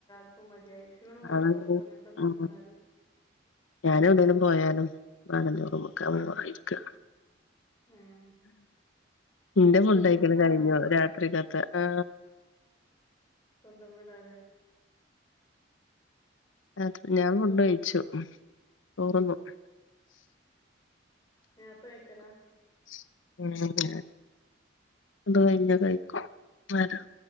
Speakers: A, on the left (about 20°); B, on the left (about 80°).
A: ക്കും മതിയായി ക്ഷീണം കൊയ്ക്കോ
B: അതന്നെ
A: അങ്ങൻത്തൊക്കെ
B: ഉം
A: തിന്നാല്
B: ഞാനു അതന്നെ പോയാലും മാങ്ങന്റെ റൂമിക്ക ഇരിക്ക
A: ഏഹ്
B: ഇന്റെ
A: സ്വന്തം
B: ഫുഡ്ഡയിക്കല്
A: വീടാണോ
B: കഴിഞ്ഞു രാത്രിക്കത്തെ ആ
A: സ്വന്തം വീടാല്ലേ
B: ആത ഞാൻ ഫുഡ് കഴിച്ചു ചോറ് ന്നു
A: നേർത്ത കയ്ക്കലാ
B: <unintelligible> അത് കഴിഞ്ഞ കഴിക്കും വരോ